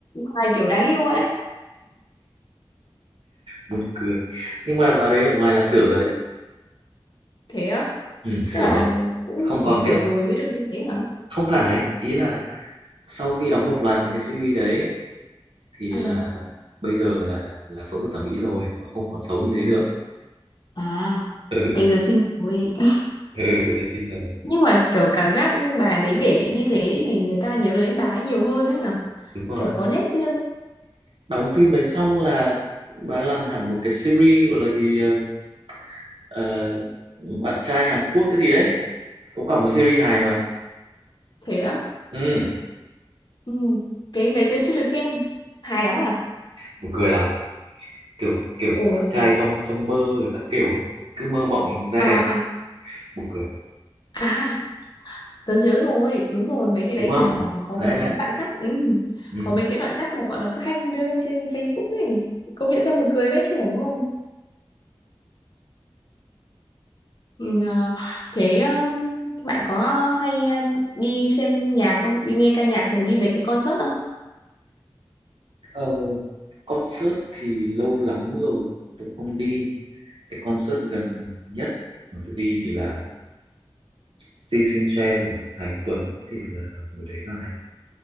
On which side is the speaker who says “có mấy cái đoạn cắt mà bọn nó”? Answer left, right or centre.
Left